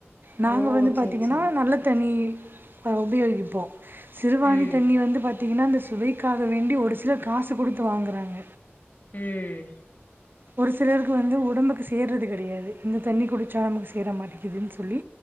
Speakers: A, on the right; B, on the left.
A: நாங்க
B: ஓ
A: வந்து பாத்தீங்கனா
B: சேரி சேரி
A: நல்ல ம் அ உபயோகிப்போ சிறுவாணி
B: ம்
A: தண்ணி வந்து பாத் பாத்திங்கன்னா அந்த சுவைக்காக வேண்டி ஒரு சிலர் காசு குடுத்து வாங்கறாங்க.
B: உம்
A: ஒரு சிலருக்கு வந்து உடம்புக்கு சேர்றது கெடையாது. இந்த தண்ணி குடிச்சா நமக்கு சேர மாட்டேக்குதுன் சொல்லி